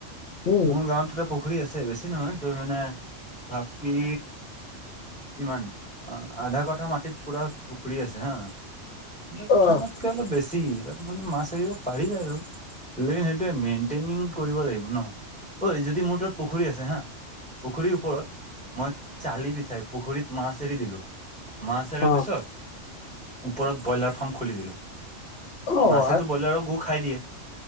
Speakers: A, on the left (about 60°); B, in the centre.
A: উম,
B: মোৰ গাঁৱতটোতে পুখুৰী আছে বেছি নহয়, তোৰ মানে ভাপি কিমান অঁ আধা কথা মাটিত পুৰা পুখুৰী আছে হা। আধা কথাতকে
A: অ',
B: অলপ বেছি তাত মানে মাছ এৰিব পাৰি আৰু। লে সেইটোে মেইনটেইনিং কৰিব লাগিব ন, ঐ যদি মোৰ তাত পুখুৰী আছে হা। পুখুৰীৰ ওপৰত মই চালি বিচাৰি পুখুৰীত মাছ এৰি দিলো। মাছ এৰাৰ
A: অ',
B: পিছত, ওপৰত ব্ৰইলাৰ ফাৰ্ম খুলি দিলোঁ।
A: অ',
B: মাছেতো ব্ৰইলাৰো গু খাই দিয়ে।